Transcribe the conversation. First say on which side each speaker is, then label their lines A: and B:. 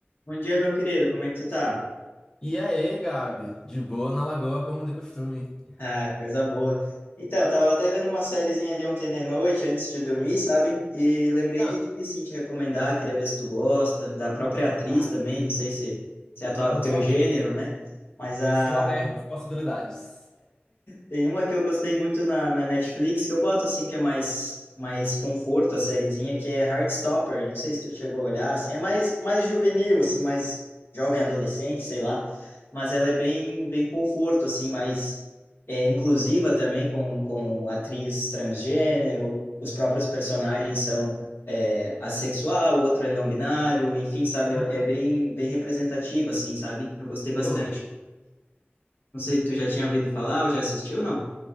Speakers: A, on the left; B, on the left.
A: Bom dia, meu querido. Como é que tu tá?
B: E aí, Gabi? De boa na lagoa, como de costume.
A: Ah, coisa boa. Então, tava até vendo uma sériezinha ali ontem de noite, antes de dormir, sabe? E lembrei
B: Ah,
A: de ti, assim, te recomendar, queria ver se tu gosta, da própria atriz
B: ah,
A: também, não sei se, se é a tua-
B: por
A: o teu
B: favor,
A: gênero, né? Mas a
B: estou aberto às possibilidades.
A: Tem uma que eu gostei muito na, na Netflix, que eu boto assim, que é mais, mais conforto a sériezinha, que é Heartstopper. Não sei se tu chegou a olhar, assim, é mais, mais juvenil, assim, mais jovem adolescente, sei lá. Mas ela é bem, bem conforto, assim, mais é, inclusiva também com, com atriz transgênero. Os próprios personagens são é, assexual, outro é não binário, enfim, sabe?
B: Ah,
A: É, é bem, bem representativa, assim, sabe? Eu gostei bastante.
B: curioso.
A: Não sei, tu já tinha ouvido falar ou já assistiu, não?